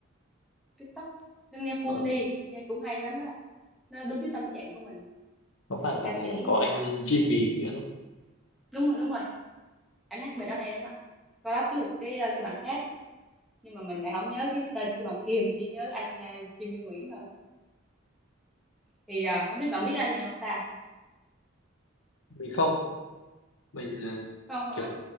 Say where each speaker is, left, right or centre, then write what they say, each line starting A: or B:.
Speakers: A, in the centre; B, on the left.
A: TikTok nên nghe full
B: Ờ,
A: đi nghe cũng hay lắm đó nó đúng với tâm trạng của mình
B: có phải bài
A: ca
B: này
A: sĩ
B: có
A: như
B: anh
A: là
B: Jimmy
A: Ừ,
B: Nguyễn không?
A: đúng rồi đúng rồi anh hát bài đó hay lắm á collab với một cái ờ, cái bạn khác nhưng mà mình lại không nhớ cái tên của bạn kia mình chỉ nhớ anh uh, Jimmy Nguyễn thôi thì à, không biết bạn biết anh này không ta
B: Mình không. Mình à,
A: không ạ
B: kiểu